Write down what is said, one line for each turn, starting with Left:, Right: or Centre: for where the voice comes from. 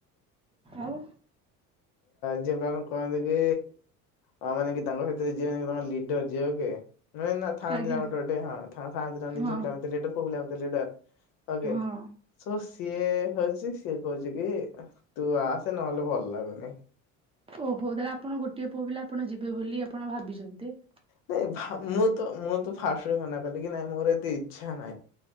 Right: ଆଉ
Left: ିପ କହନ୍ତି କି ଆ ମାନେ କି ତାଙ୍କ ଭିତରେ ଯମ ଲିଡର ଯଝ କି ନାଇଁ ନା ଥାନ୍ତି
Right: ଆଜ୍ଞା
Left: ନା ଗୋଟେ ଗୋେ ହଁ ଥାନ୍ତି ନାର
Right: ହଁ।
Left: ଲିର ଆେ
Right: ହଁ।
Left: ସ <unintelligible> ସିଏ ହଉଛି ସିଏ କହୁଛି କି ତୁ ଆସେ ନହେଲେ ଭଲ ଲାଗୁନି
Right: ଓହୋ ତାହେଲେ ଆପଣ ଗୋଟିଏ ପୁଅ ପିଲା ଆପଣ ଯିବେ ବୋଲି ଆପଣ ଭାବିଛନ୍ତି
Left: ନାଇଁ ମୁଁ ତ ମୁଁ ତ ଫାଷ୍ଟ ବି ମନା କଲି କି ନାଇଁ ମୋର ଏତି ଇଚ୍ଛା ନାଇ